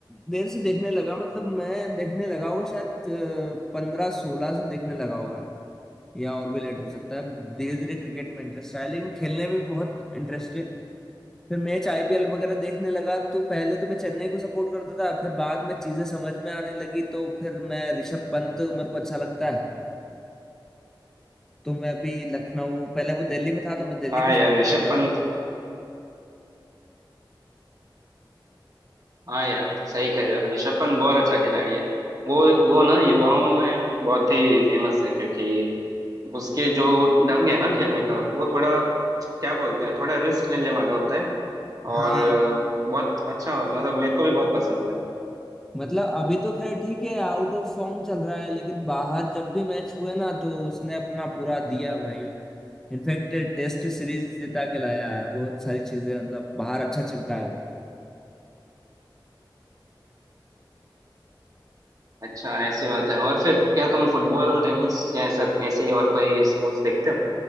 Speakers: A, in the centre; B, on the right (about 45°).
A: देर से देखने लगा मतलब मैं देखने लगा होगा शायद पंद्रह सोलह से देखने लगा होगा या और भी लेट हो सकता है धीरे धीरे क्रिकेट में इंटरेस्ट आया लेकिन खेलने में भी बहुत इंटरेस्ट है फिर मैच आईपीएल वगैरह देखने लगा तो पहले तो मैं चेन्नई को सपोर्ट करता था फिर बाद में चीजें समझ में आने लगी तो फिर मैं ऋषभ पंत मेरे को अच्छा लगता है तो मैं अभी लखनऊ पहले वो दिल्ली में था तो मैं दिल्ली
B: हाँ
A: को सपोर्ट
B: यार ऋषभ
A: करता
B: पंत
A: था
B: हाँ यार सही कह रहे हो ऋषभ पंत बहुत अच्छा खिलाड़ी है वो वो ना युवाओं में बहुत ही फेमस है क्योंकि उसके जो ढंग है ना खेलने का वो थोड़ा क्या बोलते हैं थोड़ा रिस्क लेने वाला होता है और
A: हाँ
B: अ, बहुत अच्छा मतलब मेरे को भी बहुत पसंद है
A: मतलब अभी तो खैर ठीक है आउट ऑफ फॉर्म चल रहा है लेकिन बाहर जब भी मैच हुए ना तो उसने अपना पूरा दिया भाई इनफैक्ट टेस्ट सीरीज जिता के लाया है बहुत सारी चीजें मतलब बाहर अच्छा चलता है वो।
B: अच्छा ऐसी बात है और फिर क्या तुम फुटबॉल टेनिस या सब ऐसे ही और कोई स्पोर्ट्स देखते हो